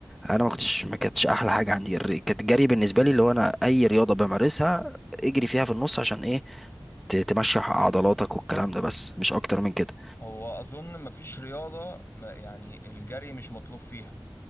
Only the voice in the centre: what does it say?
انا ما كنتش ما كانتش احلى حاجه عندي الر- كانت الجري بالنسبه لي اللي هو انا اي رياضه بمارسها اجري فيها في النص عشان ايه ت- تمشي عضلاتك والكلام ده بس مش اكتر من كده